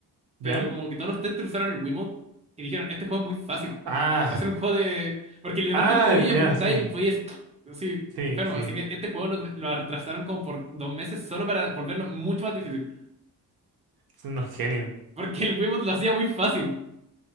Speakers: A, on the right; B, on the right.
A: ya.
B: pero como que todos los testers usaron el Wiimote y dijeron, este juego es muy fácil.
A: Ah,
B: Va a ser un juego de... Porque literalmente
A: ah,
B: te movías y
A: ya,
B: apuntáis
A: sí.
B: y podías... hacer <tsk> Así,
A: Sí,
B: enfermo.
A: sí.
B: Así que este juego lo, lo retrasaron como por dos meses solo para volverlo mucho más difícil.
A: Son unos genios.
B: Porque el Wiimote lo hacía muy fácil.